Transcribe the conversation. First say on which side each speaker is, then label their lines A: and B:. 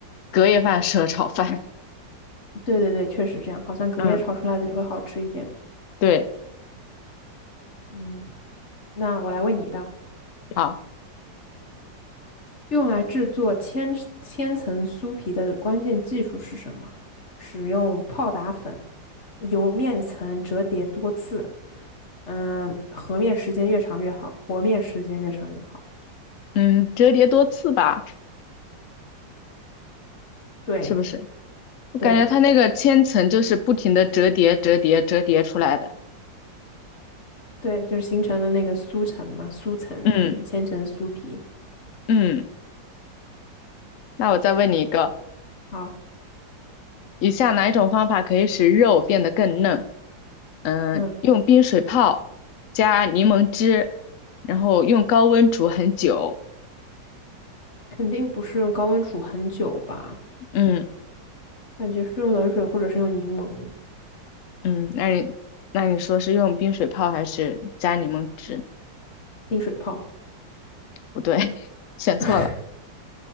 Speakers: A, on the left; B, on the left.
A: 隔夜饭适合炒饭。
B: 对对对，确实这样，好像隔夜炒出来的就会好吃一点。
A: <laughs> 嗯，对，
B: 嗯，那我来问你一道。
A: 好，
B: 用来制作千千层酥皮的关键技术是什么？使用泡打粉，由面层折叠多次。嗯，和面时间越长越好，和面时间越长越好。
A: 嗯，折叠多次吧，
B: 对
A: 是不是？我感觉它那个千层就是不停的折叠、
B: 对
A: 折叠、折叠出来的。
B: 对，就是形成的那个酥层嘛，酥层就是千层酥皮。
A: 嗯嗯，那我再问你一个。
B: 好，
A: 以下哪一种方法可以使肉变得更嫩？嗯，
B: 嗯，
A: 用冰水泡，加柠檬汁，然后用高温煮很久。
B: 肯定不是用高温煮很久吧？
A: 嗯
B: 感觉是用冷水或者是用柠檬
A: 嗯，那你那你说是用冰水泡还是加柠檬汁？
B: 冰水泡。
A: 不对，<laughs> 选错了，
B: <laughs>